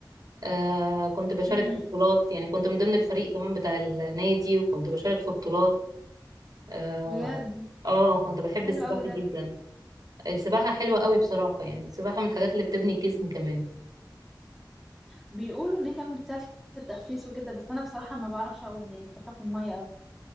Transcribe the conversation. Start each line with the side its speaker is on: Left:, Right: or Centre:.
Right: آه كنت بشارك
Centre: امم
Right: في بطولات يعني كنت من ضمن الفريق كمان بتاع النادي وكنت بشارك في بطولات اه,
Centre: بجد
Right: آه كنت بحب
Centre: حلو
Right: السباحه
Centre: قوي
Right: جدا
Centre: ده
Right: السباحه حلوه قوي بصراحه يعني السباحه من الحاجات اللي بتبني الجسم كمان
Centre: بيقولوا ان هي كمان بتساعد في التخفيف وكده بس انا بصراحة ما بعرفش اعوم يعني بخاف من المية قوي